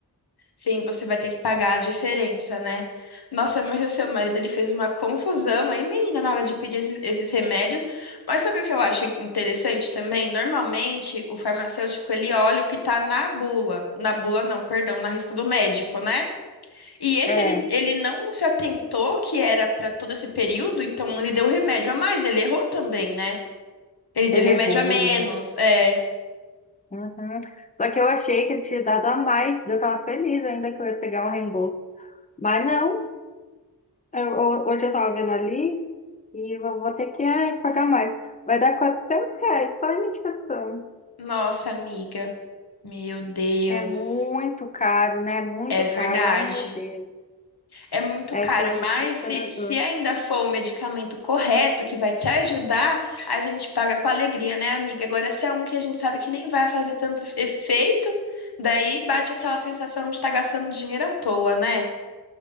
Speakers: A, on the left; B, on the left.
A: Sim, você vai ter que pagar a diferença, né? Nossa, mas o seu marido ele fez uma confusão aí, menina, na hora de pedir esses, esses remédios. Mas sabe o que eu acho interessante também? Normalmente, o farmacêutico ele olha o que tá na bula. Na bula não, perdão, na receita do médico, né? E esse
B: É,
A: ele, ele não se atentou que era para todo esse período, então ele deu remédio a mais, ele errou também, né? Ele deu
B: ele
A: remédio
B: errou,
A: a menos.
B: ele errou.
A: É.
B: Uhum. Só que eu achei que ele tinha dado a mais, eu estava feliz ainda que eu ia pegar um reembolso. Mas não, eu- ho- hoje eu estava vendo ali e eu vou ter que ai, pagar mais. Vai dar 400 reais só a medicação.
A: Nossa, amiga. Meu Deus.
B: É muito caro, né? Muito
A: É verdade.
B: caro. Ai, meu Deus.
A: É muito
B: É
A: caro,
B: coisa
A: mas
B: desesperador.
A: se, se ainda for o medicamento correto que vai te ajudar, a gente paga com alegria, né, amiga? Agora, se é um que a gente sabe que nem vai fazer tanto efeito, daí bate aquela sensação de estar gastando dinheiro à toa, né?